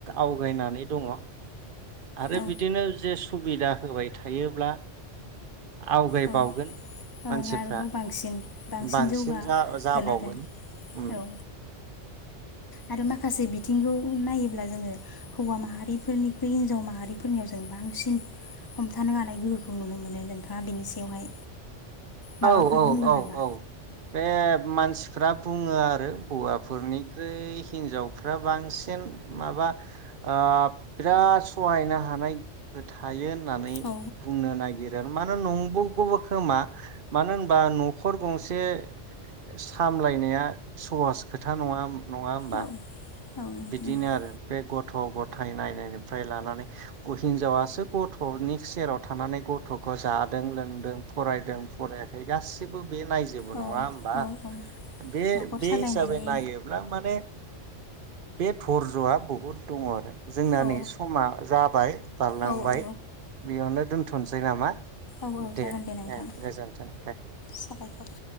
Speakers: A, on the right; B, on the left.
A: आवगायनानै दङ। आरो
B: औ
A: बिदिनो जे सुबिदा होबाय थायोब्ला आवगायबावगोन।
B: औ ओं
A: मानसिफ्रा
B: आरोबाव बांसिन
A: बांसिन
B: जौगागोन
A: जा- जाबावगोन
B: आरो
A: ओम,
B: औ आरो माखासे बिथिं बिथिंखौ नायोब्ला जोङो हौवा माहारिफोरनिख्रुइ हिनजाव माहारिफोरनियाव जों बांसिन हमथानो हानाय गोहोखौ नुनो मोनो। नोंथाङा बेनि सायावहाय माबाफोर
A: औ-औ-औ-औ
B: बुंगोन नामा?
A: बे मानसिफ्रा बुङो आरो हौवाफोरनिख्रुइ हिनजावफ्रा बांसिन माबा ओ बिराद सहायनो हानाय गोहो थायो होननानै
B: औ
A: बुंनो नागिर मानो नंगौ गौबो खोमा मानो होनबा न'खर गंसे सामलायनाया सहस खोथा नङा। नङा होमबा?
B: औ औ नंगौ
A: बिदिनो
B: नोंथां
A: आरो बे गथ' गथ'-गथाय नायनायनिफ्राय लानानै हिनजावासो गथ'नि सेराव थानानै गथ'खौ जादों-लोंदों, फरायदों- फरायाखै गासिबो बे नायजोबो
B: औ
A: नङा होनबा
B: औ औ
A: बे
B: न'खर
A: बे
B: सालायनायनि
A: हिसाबै नायोब्ला माने बे धर्ज'आ बहुद दङ आरो जोंना
B: औ
A: नै समा जाबाय बारलांबाय
B: औ औ
A: बेयावनो दोन दोनथ'नोसै नामा?
B: औ-औ जागोन
A: ए
B: दे नोंथां
A: गोजोन्थों दे
B: साबायखर।